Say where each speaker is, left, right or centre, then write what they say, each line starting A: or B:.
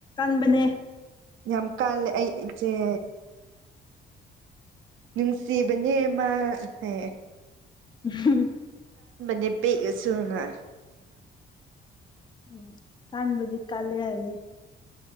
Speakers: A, on the left; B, on the right.
A: ꯄꯟꯕꯅꯦ
B: ꯌꯥꯝ ꯀꯜ ꯑꯩꯏꯌꯦ ꯟꯁꯤ ꯅꯤꯃ ꯍ
A: ꯎꯝ
B: ꯅꯦ ꯄꯦꯁꯨꯖꯅ
A: ꯎ ꯀꯥꯟꯕꯗꯤ ꯀꯥꯂ ꯍꯥꯏꯦ